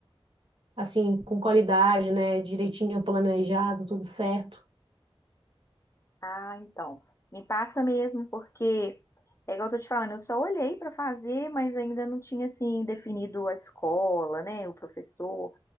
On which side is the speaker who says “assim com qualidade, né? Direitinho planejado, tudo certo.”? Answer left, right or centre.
Right